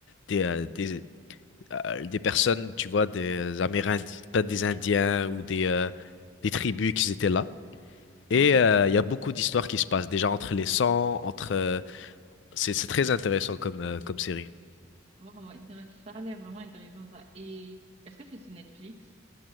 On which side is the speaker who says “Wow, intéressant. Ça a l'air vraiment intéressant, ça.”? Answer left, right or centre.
Right